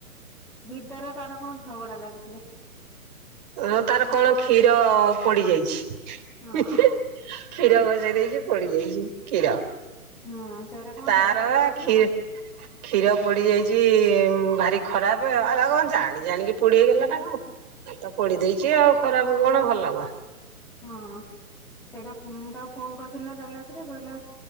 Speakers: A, in the centre; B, on the right (about 30°).
A: ଦିଦାର ତାର କଁ ଝଗଡା ଲାଗିଥିଲେ।
B: ଅଁ
A: ସେଇଟା
B: ତାର
A: ପା
B: କଣ କ୍ଷୀର ପୋଡିଯାଇଛି। କ୍ଷୀର
A: ହଁ
B: ବସେଇ ଦେଇଚି ପୋଡିଯାଇଚି କ୍ଷୀର।
A: ହୁଁ ସେଇଟା କଣ
B: ତାର
A: ଝଗଡା
B: ବା
A: ଲାଗିଥିଲେ
B: ଖି କ୍ଷୀର ପୋଡିଯାଇଚି। ଉଁ ଭାରି ଖରାପ ଆ ଏରା କଁ ଜାଣି ଜାଣିକି ପୋଡିହେଇଗଲା ନା କଁ। ଆଉ ତ ପୋଡି ଦେଇଚି ଆଉ ଖରାପ କଣ ଭଲ କଁ।
A: ହଁ ସେଇଟା ମୁଁ ତାକୁ ଫୋନ୍ କରିଥିଲି ନା କାଲି ରାତିରେ କହିଲା